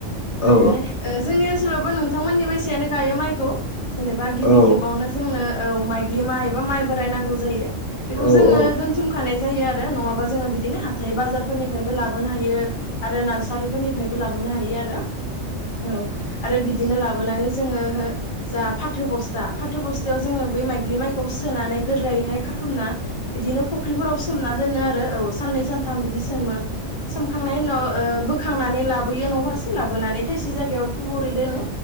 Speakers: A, on the left; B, on the left.
A: ओरैहाय
B: औ
A: ओ जोंनि ओनसोलावबो नोंथांमोननि बायसायानो गायो माइखौ। जेनेबा गिबि
B: औ औ
A: खेबावनो जोंनो औ माइग्लि माइ एबा माइ बोराय नांगौ जायो। बेखौ
B: औ
A: जोङो
B: औ
A: दोनथुमखानाय जायो आरो नङाबा जोङो बिदिनो हाथाय बाजार फोरनिफ्रायबो लाबोनो हायो आरो नार्सारिफोरनिफ्रायबो लाबोनो हायो आरो औ आरो बिदिनो लाबोनानै जोङो हो जा फाथो बस्था फाथो बस्थायाव जोङो बे माइग्लि माइखौ सोनानै गोरायैहाय खाथुमना बिदिनो फख्रिफोराव सोमना दोनो आरो औ साननै सानथाम बिदि सोमो सोमखांनायनि उनाव ओ बोखांनानै लाबोयो न' फारसे लाबोनानै थायसे जायगायाव थुबुरै दोनो